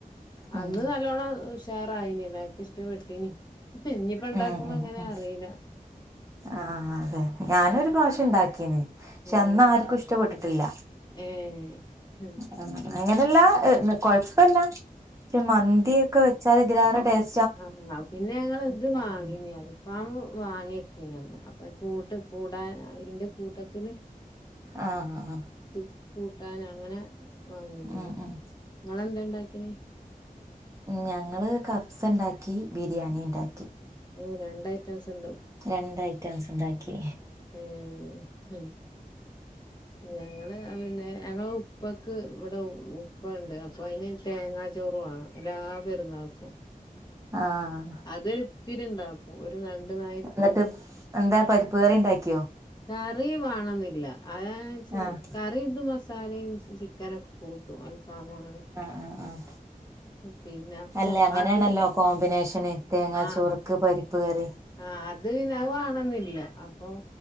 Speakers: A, on the right (about 20°); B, on the left (about 30°).
A: ഉം
B: അന്ന് നല്ലോണം ഷ് ഉഷാറായിഞ്ഞി എല്ലാർക്കും ഇഷ്ടപ്പെട്ടിഞ്ഞി ഇപ്പൊ ഇഞ്ഞി ഇപ്പ ണ്ടാകുമ്പങ്ങെനെ
A: ഉം ഉം ഉം
B: അറിയില
A: ആഹ് അതെ ഞാനൊരു പ്രാവശ്യം ഉണ്ടാക്കിനി ശ്ശ
B: ആഹ്
A: അന്ന് ആർക്കും ഇഷ്ടപ്പെട്ടിട്ടില്ല
B: ഏഹ്
A: ആ അങ്ങനല്ലാ ഹ് ന്ന് കൊയപ്പല്ല കെ മന്തിയൊകെ വെക് ചാല് ഇതിലേറെ ടേസ്
B: അന്ന പിന്നെ ഞങ്ങള്ത് വാങ്ങിനി അൽ ഫാമ് വാങ്ങികീഞ്ഞി അന്ന് അപം കൂട്ട് കൂടാൻ അയിന്റെ കൂടെ തില്
A: ആഹ് ആഹ്
B: ത് കൂട്ടാന് അങ്ങനെ വാങ്ങ്യതേഞ്ഞി
A: ഉം ഉം
B: ങ്ങളെന്തേ ണ്ടാക് കോയി
A: ഞങ്ങള് കപ്സണ്ടാകി ബിര്യാണിണ്ടാ
B: ഏ രണ്ടൈറ്റംസ്ണ്ടോ
A: രണ്ട് ഐറ്റംസ് ഉണ്ടാക്കി
B: ഏ ഏ എ ഞങ്ങള് അ പിന്നെ ഞങ്ങളെ ഉപക് ഇവിടെ ഉപ്പണ്ട് അ പൊയമീൻ തേങ്ങാചോറ് വേണം എല്ലാ പെരുന്നാകും
A: ആഹ്
B: അതൊര്തിരി ണ്ടാകും ഒര് രണ്ട് നായിട്താണ്ട്
A: എന്നിട്ട് എന്താ പരിപ്പ് കറി ഉണ്ടാക്കിയോ
B: കറി വാണന്നില്ല ആ ചോ
A: ആഹ്
B: കറിന്തെ മസാലയും ചിക് ക്കനൊകെ കൂട്ടും അൽഫാമ് അങ്ങനൊകെ
A: ആഹ് ആഹ് ആഹ്
B: പിന്നെപം
A: അല്ല അങ്ങനെയാണല്ലോ
B: അത്
A: കോമ്പിനേഷന് തേങ്ങാച്ചോർക്ക്
B: ആ
A: പരിപ്പ് കറി
B: ആ അത് വേണന്നില്ല അപം